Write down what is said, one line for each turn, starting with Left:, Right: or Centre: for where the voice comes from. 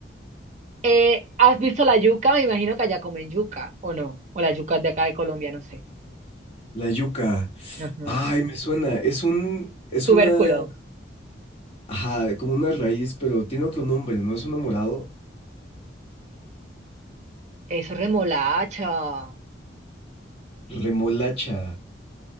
Right: eh, ¿has visto la yuca? Me imagino que allá comen yuca, ¿o no? O la yuca es de acá de Colombia, no sé.
Left: La yuca.
Right: Ajá.
Left: Ay, me suena. Es un, es
Right: Tubérculo.
Left: una, ajá, como una raíz, pero tiene otro nombre, ¿no? Es un morado.
Right: Eso es remolacha.
Left: Remolacha.